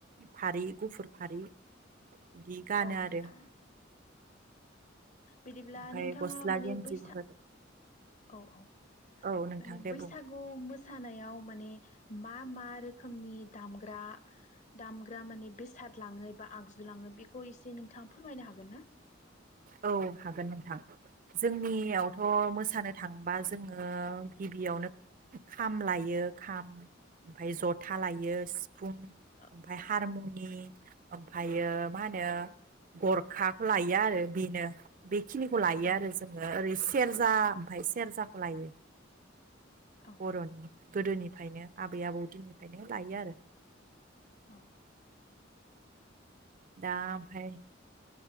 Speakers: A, on the right (about 45°); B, on the left (about 40°).
A: फारि गुफुर फारि बि गानो
B: औ
A: आरो
B: नोंथां बिदिब्ला
A: ओमफाय
B: नोंथाङा
A: गस्ला
B: माने
A: गेन्जिफोर
B: बैसा औ औ
A: औ नोंथां
B: माने
A: दे
B: बैसागु
A: बुं
B: मोसानायाव माने मा मा रोखोमनि दामग्रा दामग्रा माने बेसाद लांङो एबा आगजु लांङो बे खौ एसे नोंथाङा फोरमायनो हागोन ना
A: औ हागोन नोंथां जोंनियावथ'
B: औ
A: मोसानो थांबा जोंङो गिबियावनो खाम लायो खाम ओमफ्राय जथा लायो सि फुं
B: औ
A: ओमफ्राय हारमुनि ओमफ्रायो मा होनो गरखाखौ लायो आरो बेनो बे खिनिखौ लायो
B: औ
A: आरो जोंङो ओरै सेरजा ओमफ्राय सेरजाखौ लायो
B: औ
A: बर'नि गोदोनिफ्रायनो आबै आबौ दिननिफ्रायनो लायो आरो
B: औ औ
A: दा ओमफ्राय